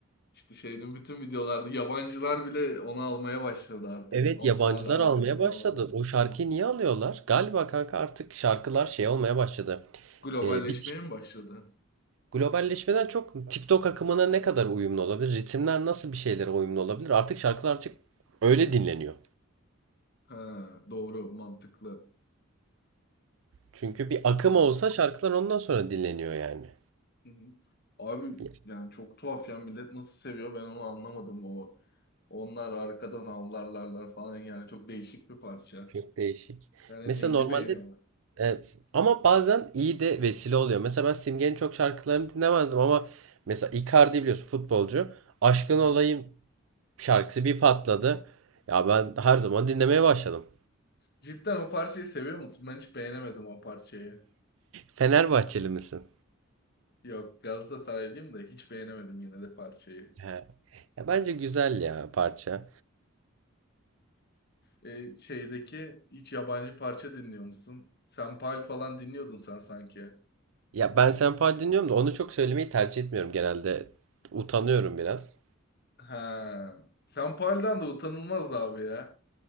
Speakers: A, on the left; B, on the right.
A: İşte şeyin bütün videolarda yabancılar bile onu almaya başladı artık.
B: Evet
A: Onlar
B: yabancılar
A: arkadan
B: almaya
A: avlanıyor.
B: başladı. O şarkıyı niye alıyorlar? Galiba kanka artık şarkılar şey olmaya başladı.
A: Globalleşmeye
B: e, bir tik-
A: mi başladı?
B: globalleşmeden çok TikTok akımına ne kadar uyumlu olabilir? Ritimler nasıl bir şeylere uyumlu olabilir? Artık şarkılar artık öyle dinleniyor.
A: Ha, doğru mantıklı.
B: Çünkü bir akım
A: Am-
B: olsa şarkılar ondan sonra dinleniyor yani.
A: Hı hı. Abi
B: Ya,
A: yani çok tuhaf ya millet nasıl seviyor ben onu anlamadım o. Onlar arkadan avlarlarlar falan yani çok değişik bir parça.
B: Çok değişik.
A: Yani
B: Mesela
A: neyini
B: normalde
A: beğeniyorlar?
B: evet ama bazen iyi de vesile oluyor. Mesela ben Simge'nin çok şarkılarını dinlemezdim ama mesela Icardi biliyorsun futbolcu. Aşkın
A: Aha.
B: Olayım şarkısı bir patladı. Ya ben her zaman dinlemeye başladım.
A: Cidden o parçayı seviyor musun? Ben hiç beğenemedim o parçayı.
B: Fenerbahçeli misin?
A: Yok Galatasaraylıyım da hiç beğenemedim yine de parçayı.
B: He. Ya bence güzel ya parça.
A: Ee, şeydeki hiç yabancı parça dinliyor musun? Senpal falan dinliyordun sen sanki.
B: Ya ben senpai dinliyorum da onu çok söylemeyi tercih etmiyorum genelde. Utanıyorum biraz.
A: Ha. Senpal'den de utanılmaz abi ya.